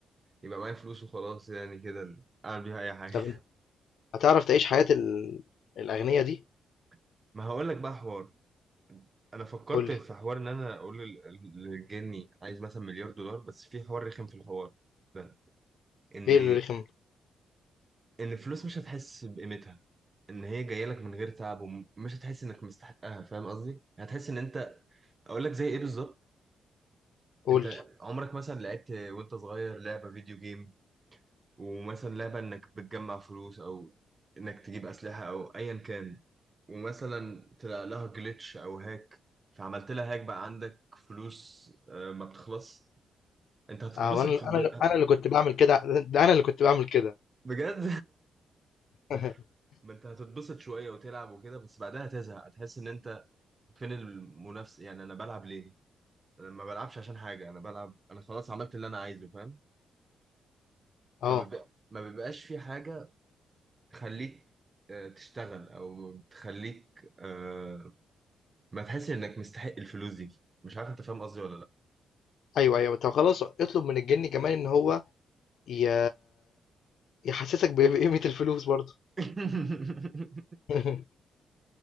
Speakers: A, on the right (about 20°); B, on the left (about 60°).
A: يبقى معايا فلوس وخلاص يعني كده أعمل بيها أي حاجة
B: طب انت هتعرف تعيش حياة ال... الأغنياء دي
A: <laughs> ما هقول لك بقى حوار انا فكرت
B: قول لي
A: في حوار ان انا اقول لل- للجني عايز مثلا مليار دولار بس في حوار رخم في الحوار ده ان
B: ايه اللي رخم
A: ان الفلوس مش هتحس بقيمتها ان هي جايه لك من غير تعب ومش هتحس انك مستحقها فاهم قصدي هتحس ان انت اقول لك زي ايه بالظبط
B: قول
A: انت
B: لي
A: عمرك مثلا لعبت وانت صغير لعبه فيديو جيم ومثلا لعبه انك بتجمع فلوس او انك تجيب اسلحه او ايا كان ومثلا طلع لها جلitch او هاك فعملت لها هاك بقى عندك فلوس آه، ما بتخلص انت هتتبسط
B: اه انا
A: ب...
B: انا انا اللي كنت بعمل كده ده انا اللي كنت بعمل كده
A: بجد
B: <laughs>
A: <laughs> ما انت هتتبسط شويه وتلعب وكده بس بعدها هتزهق هتحس ان انت فين المنافسة يعني انا بلعب ليه انا ما بلعبش عشان حاجة انا بلعب انا خلاص عملت اللي انا عايزه فاهم
B: اه
A: فما بيبق- ما بيبقاش في حاجة تخليك آه، تشتغل او تخليك آه، ما تحس انك مستحق الفلوس دي مش عارف انت فاهم قصدي ولا لا
B: ايوه ايوه طب خلاص اطلب من الجن كمان ان هو ي... يحسسك ب- بقيمة الفلوس برضه
A: <laughs>
B: <laughs>